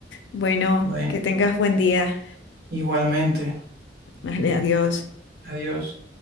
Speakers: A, on the left; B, on the right.
A: Bueno,
B: Bueno,
A: que tengas buen día.
B: igualmente,
A: Vale, adiós.
B: adiós.